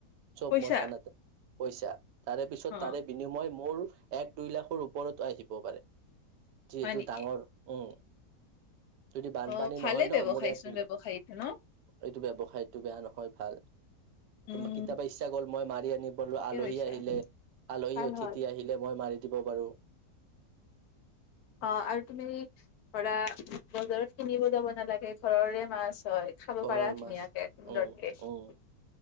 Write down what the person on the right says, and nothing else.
চব
মাছ আনোতে পইছা, তাৰে পিছত
তাৰে, বিনিময় মোৰ, এক-দুই লাখৰ ওপৰত আহিব পাৰে। যিহেতু,
ডাঙৰ! উম। যদি, বানপানী
নহয় ন'!
মোৰ এক-দুই <unintelligible>
এইটো, ব্যৱসায়টো বেয়া নহয়, ভাল।
কেতিয়াবা, ইচ্ছা গ'ল, মই মাৰি আনিব পলোঁ।
আলহী
আহিলে, আলহী
অতিথি
আহিল। মই মাৰি দিব পাৰোঁ।
ঘৰৰ
মাছ
উম উম